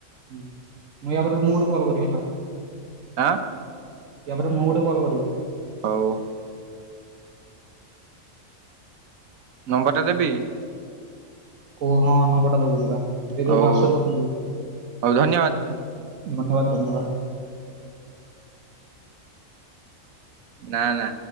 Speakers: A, on the right; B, on the right.
A: ହୁଁ ମୁଁ ଆ ପରେ ମୁଁ ଗୋଟେ କଲ କରିବି ହେଲା।
B: ଆଁ।
A: ତାପରେ ମୁଁ ଗୋଟେ କଲ କରିବି।
B: ହଉ ହଉ। ନମ୍ବରଟା ଦେବି।
A: ଓ ହଁ ନମ୍ବରଟା ଦବୁ ଏ ହ୍ୱାଟସପ
B: ହଉ
A: କରିଥିଲୁ।
B: ହଉ ଧନ୍ୟବାଦ
A: ଧନ୍ୟବାଦ ଧନ୍ୟବାଦ।
B: ନା ନା।